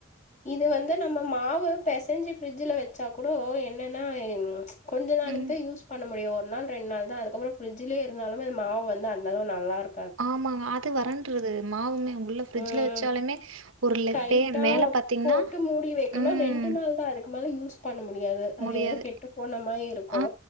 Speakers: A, on the left; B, on the right.
A: இது வந்து நம்ம மாவு பெசெஞ்சு பிரிட்சுல வச்சா கூட என்னன்னா கொஞ்ச நாளைக்கு
B: ம்.
A: தான் யூஸ் பண்ண முடியும் ஒரு நாள் ரெண்டு நாள் தான் அதுக்கப்புறம் பிரிட்ஜலயே இருந்தாலும் அ மாவு வந்து அந்தளவு நல்லா இருக்காது
B: ஆமாங்க அது வரன்றது மா ஆவுமே உள்ள பிரிட்ஜ்ல
A: ம்
B: வச்சாலுமே ஒரு லே
A: டைட்டா
B: பே மேல பாத்தீங்கன்னா
A: போட்டு மூடி வைக்கனும்
B: ம்.
A: ரெண்டு நாள் தான் அதுக்கு மேல யூஸ் பண்ண மு முடியாது அது
B: முடியாது.
A: எதுவும் கெட்டு போன மாதிரி இருக்கு
B: ஆ